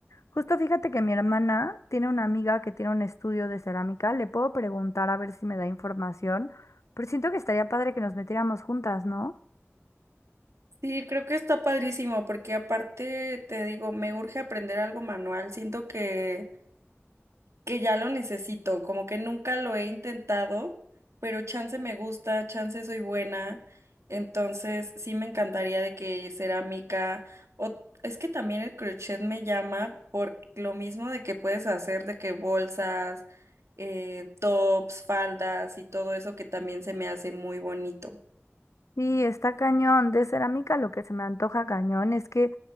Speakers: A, on the left (about 85°); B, on the right (about 75°).
A: Justo fíjate que mi hermana tiene una amiga que tiene un estudio de cerámica, le puedo preguntar a ver si me da información, pero siento que estaría padre que nos metiéramos juntas, ¿no?
B: Sí, creo que está padrísimo porque aparte te digo, me urge aprender algo manual, siento que, que ya lo necesito, como que nunca lo he intentado, pero chance me gusta, chance soy buena, entonces sí me encantaría de que cerámica o es que también el crochet me llama por lo mismo de que puedes hacer de que bolsas, eh, tops, faldas y todo eso que también se me hace muy bonito.
A: Sí, está cañón. De cerámica lo que se me antoja cañón es que